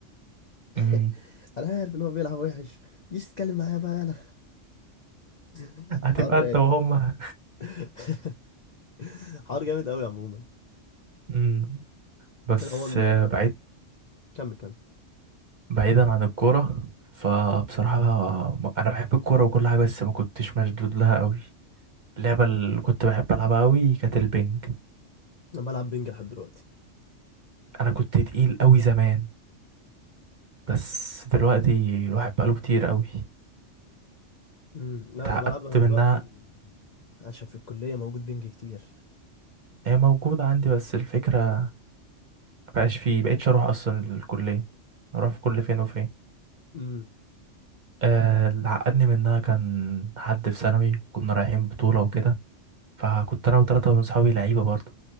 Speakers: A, on the left (about 45°); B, on the right (about 40°).
A: <laughs>
B: امم
A: انا عارف ان هو بيلعب وحش مش تتكلم معايا بقى انا <laughs>
B: <laughs> هتبقى
A: حوار رايق
B: انت وهم
A: <laughs> حوار جامد قوي عموما
B: امم بس
A: انا عموما
B: آه، بعيد
A: كمل كمل
B: بعيدا عن الكورة فبصراحة م- أنا بحب الكورة وكل حاجة بس ما كنتش مشدود لها أوي اللعبة اللي كنت بحب ألعبها أوي كانت البنج
A: انا بلعب بينج لحد دلوقتي
B: أنا كنت تقيل أوي زمان بس دلوقتي الواحد بقاله كتير أوي
A: امم لا
B: اتعقدت
A: انا بلعبها دلوقتي
B: منها
A: عشان في الكلية موجود بينج كتير
B: هي موجودة عندي بس الفكرة مبقاش فيه مبقتش أروح أصلا الكلية أروح في كل فين وفين
A: امم
B: آه اللي عقدني منها كان حد في ثانوي كنا رايحين بطولة وكده فكنت أنا وتلاتة من صحابي لعيبة برضه